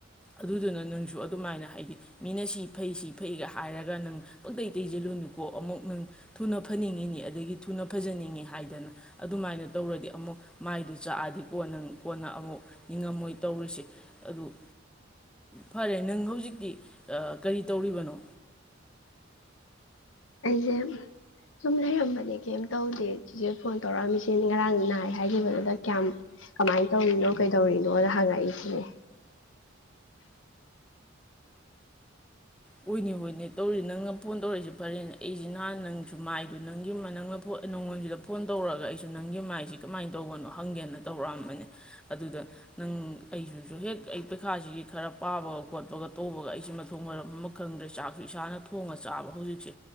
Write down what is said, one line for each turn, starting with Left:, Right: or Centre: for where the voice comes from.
Centre: ꯑꯗꯨꯗꯨꯅ ꯅꯪꯁꯨ ꯁꯨ ꯑꯗꯨꯃꯥꯏꯅ ꯍꯥꯏꯗꯤ ꯃꯤꯅ ꯁꯤ ꯐꯩ ꯁꯤ ꯐꯩꯒ ꯍꯥꯏꯔꯒ ꯅꯪ ꯄꯪꯇꯩ ꯇꯩꯁꯤꯜꯂꯨꯅꯨꯀꯣ ꯑꯃꯨꯛ ꯅꯪ ꯊꯨꯅ ꯐꯅꯤꯡꯉꯤꯅꯤ ꯑꯗꯒꯤ ꯊꯨꯅ ꯐꯖꯅꯤꯡꯉꯤ ꯍꯥꯏꯗꯅ ꯑꯗꯨꯃꯥꯏꯅ ꯇꯧꯔꯗꯤ ꯑꯃꯨꯛ ꯃꯥꯏꯗꯨ ꯆꯥꯛꯑꯗꯤ ꯀꯣꯟꯅ ꯀꯣꯟꯅ ꯑꯃꯨꯛ ꯅꯤꯡꯉꯝꯃꯣꯏ ꯇꯧꯔꯤꯁꯦ ꯑꯗꯨ ꯐꯔꯦ ꯅꯪ ꯍꯧꯖꯤꯛꯇꯤ ꯑꯥ ꯀꯔꯤ ꯇꯧꯔꯤꯕꯅꯣ?
Left: ꯑꯩꯁꯦ ꯁꯨꯝ ꯂꯩꯔꯝꯕꯅꯦ ꯀꯦꯝ ꯇꯧꯗꯦ ꯆꯦꯆꯦ ꯐꯣꯟ ꯇꯧꯔꯛꯑꯝꯃꯤꯁꯦ ꯉꯔꯥꯡ ꯅꯥꯏ ꯍꯥꯏꯈꯤꯕꯗꯨꯗ ꯀꯌꯥꯝ ꯀꯃꯥꯏꯅ ꯇꯧꯔꯤꯅꯣ ꯀꯩꯗꯧꯔꯤꯅꯣꯅ ꯍꯪꯉꯛꯏ ꯁꯤꯅꯦ
Centre: ꯍꯣꯏꯅꯦ ꯍꯣꯏꯅꯦ ꯇꯧꯔꯤ ꯅꯪꯅ ꯐꯣꯟ ꯇꯧꯔꯛꯏꯁꯤ ꯐꯔꯤꯅꯤ ꯑꯩꯁꯤ ꯅꯍꯥꯟ ꯅꯪꯁꯨ ꯃꯥꯏꯗꯨ <inaudible> ꯅꯪꯉ‌ꯣꯟꯁꯤꯗꯥ ꯐꯣꯟ ꯇꯧꯔꯛꯑꯒ ꯑꯩꯁꯨ ꯅꯪꯒꯤ ꯃꯥꯏꯁꯤ ꯀꯃꯥꯏꯅ ꯇꯧꯕꯅꯣ ꯍꯪꯒꯦꯅ ꯇꯧꯔꯛꯑꯝꯕꯅꯦ ꯑꯗꯨꯗ ꯅꯪ ꯑꯩꯁꯤꯁꯨ ꯍꯦꯛ ꯑꯩ ꯄꯩꯈꯥꯁꯤꯒꯤ ꯈꯔ ꯄꯥꯕꯒ ꯈꯣꯠꯄꯒ ꯇꯧꯕꯒ ꯑꯩꯁꯦ ꯃꯊꯣꯡ ꯃꯔꯝ ꯑꯃ ꯈꯪꯗ꯭ꯔꯦ ꯆꯥꯛꯁꯨ ꯏꯁꯥꯅ ꯊꯣꯡꯉꯥ ꯆꯥꯕ ꯍꯧꯖꯤꯛꯁꯦ